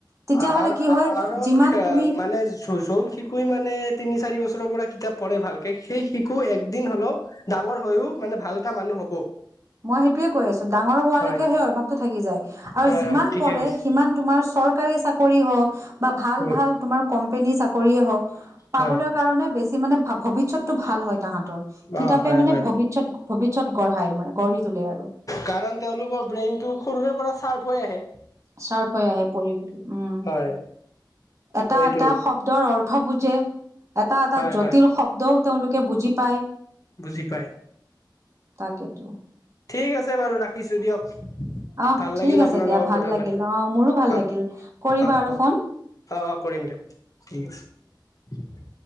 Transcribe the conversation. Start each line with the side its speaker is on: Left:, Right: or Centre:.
Right: তেতিয়াহ'লে
Left: আৰু
Right: কি হয় যিমান তুমি
Left: মানে জোন শিশুৱে মানে তিনি চাৰি বছৰ। ৰ পৰা কিতাপ পঢ়ে ভালকে সেই শিশু একদিন হলেও ডাঙৰ হৈও মানে ভাল এটা মানুহ হব
Right: মই সেইটোয়ে কৈ আছো ডাঙৰ হোৱালৈকে
Left: হয়
Right: সেই অভ্যাসতটো থাকি যায় আৰু
Left: হয়
Right: যিমান
Left: হয় ঠিকে
Right: পঢ়ে
Left: কৈছে
Right: সিমান তোমাৰ। চৰকাৰী চাক হওক বা ভাল
Left: উম
Right: ভাল তোমাৰ কম্পেনী চাকৰি হওক পাবলৈ
Left: হয়
Right: কাৰনে বেছি মানে ভৱিষ্যতটো ভাল হয় তাহাঁতৰ কিতাপে
Left: অ হয়
Right: মানে
Left: হয়
Right: ভৱিষ্যত ভৱিষ্যত গঢ়াই মানে গঢ়ি তোলে আৰু
Left: কাৰণ তেওঁলোকৰ ব্ৰেইন টো সৰুৰে পৰা চাৰ্প হৈ আহে।
Right: চাৰফ হৈ আহে পঢ়ি পঢ়ি উম।
Left: হয়
Right: এটা
Left: এইটো
Right: এটা শব্দৰ অৰ্থ বুজে এটা এটা
Left: হয়
Right: জটিল
Left: হয়
Right: শব্দও তেওঁলোকে। বুজি পায়
Left: বুজি পায়
Right: তাকেইেতো
Left: ঠিক আছে বাৰু ৰাখিছোঁ দিয়ক।
Right: আহ
Left: ভাল লাগিল
Right: ঠিক আছে
Left: আপোনাৰ
Right: দিয়া
Left: লগত
Right: ভাল
Left: কথা
Right: লাগিল
Left: পাতি
Right: আহ মোৰো ভাল
Left: অ
Right: লাগিল কৰিবা
Left: অ
Right: আৰু
Left: অ
Right: ফোন
Left: অ অ কৰিম দিয়ক ঠিক আছে